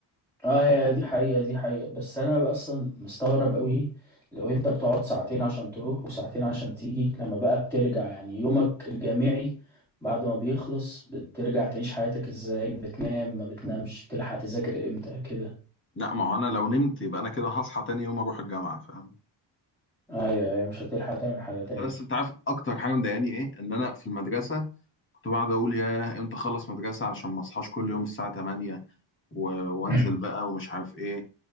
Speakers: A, in the centre; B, on the left.
A: اه هي دي حقيقة دي حقيقة بس انا اصلا مستغرب قوي لو انت بتقعد ساعتين عشان تروح وساعتين عشان تيجي لما بقى بترجع يعني يومك الجامعي بعد ما بيخلص بترجع تعيش حياتك ازاي بتنام ما بتنامش بتلحق تذاكر امتى كده
B: لا ما هو انا لو نمت يبقى انا كده هصحى تاني يوم اروح الجامعه فاهم
A: ايوه ايوه مش هتلحق تعمل حاجة تاني
B: بس انت عارف اكتر حاجه مضايقاني ايه ان انا في المدرسه كنت بقعد اقول يا امتى اخلص مدرسه عشان ما اصحاش كل يوم الساعه 8 و... وانزل
A: <laughs>
B: بقى ومش عارف ايه